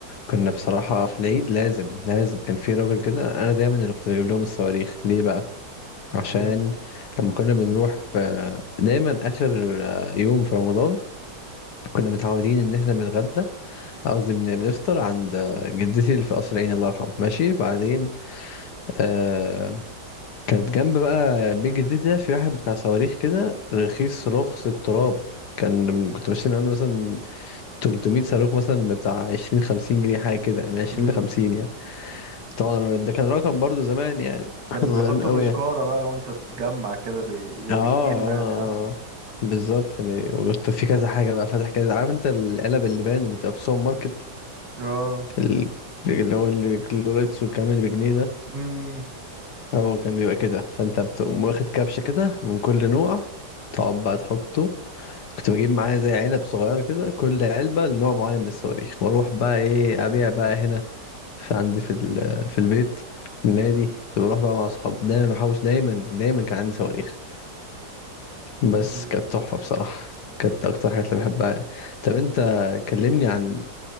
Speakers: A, on the left (about 70°); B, on the right (about 80°).
A: كنا بصراحة في العيد لازم لازم كان في راجل كده أنا دايما اللي كنت بجيب لهم الصواريخ ليه بقى؟ عشان
B: مم.
A: لما كنا بنروح في دايما آخر آه، يوم في رمضان كنا متعودين إن إحنا بنتغدى قصدي بن- بنفطر عند آه، جدتي اللي في قصر العيني الله يرحمه ماشي بعدين آه كانت جنب بقى بيت جدتي ده في واحد بتاع صواريخ كده رخيص رخص التراب كان كنت بشتري من عنده مثلا 300 صاروخ مثلا بتاع 20 50 جنيه حاجة كده من 20
B: مم.
A: ل 50 يعني طبعا ده كان رقم برضو زمان يعني <laughs>
B: كان
A: احنا صغيرين
B: بيحطوا
A: قوي
B: في
A: يعني
B: شكارة بقى وانت تجمع كده بي... زي
A: اه اه
B: بالكيلو يعني اه
A: آه. بالظبط كان كنت في كذا حاجه بقى فاتح كذا عارف انت العلب اللبان اللي بتبقى في السوبر ماركت
B: اه
A: ال- اللي هو الكلوريتسو كامل بجنيه ده
B: مم.
A: هو كان بيبقى كده فانت بتقوم
B: مم.
A: واخد كبشه كده من كل نوع تقعد بقى تحطه كنت بجيب معايا زي علب صغيره كده كل علبه لنوع معين من الصواريخ واروح بقى ايه ابيع بقى هنا في عندي في ال- في البيت في النادي كنت بروح بقى مع اصحاب دايما محوش دايما دايما كان عندي صواريخ بس
B: مم.
A: كانت تحفة بصراحة كانت اكتر حاجات اللي بحبها طب انت كلمني عن